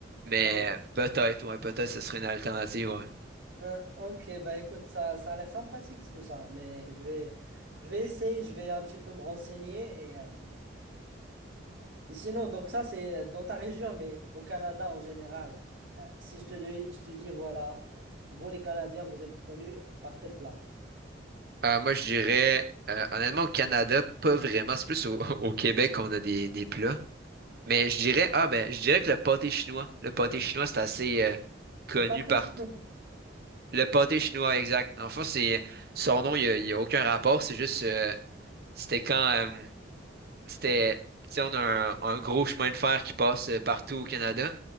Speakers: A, on the right; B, on the right.
A: mais
B: ok,
A: peut-être ouais, peut-être ce serait une alternative ouais.
B: hein, ok, bah écoute, ça, ça a l'air sympathique tout ça, mais je vais, je vais essayer, je vais un petit peu me renseigner. Et, euh, et sinon, donc ça, c'est dans ta région, mais au Canada en général. Euh, si je te dis, je te dis, voilà, euh, vous les Canadiens, vous êtes connus par quel plat?
A: Euh, moi je dirais euh, honnêtement au Canada, pas vraiment, c'est plus au, <laughs> au Québec qu'on a des, des plats. Mais je dirais, ah ben, je dirais que le pâté chinois, le pâté chinois, c'est assez euh, connu
B: Le pâté
A: partout.
B: sinon.
A: Le pâté chinois, exact. En fait, c'est son nom, il n'y a, il y a aucun rapport. C'est juste, euh, c'était quand euh, c'était, si on a un, un gros chemin de fer qui passe euh, partout au Canada,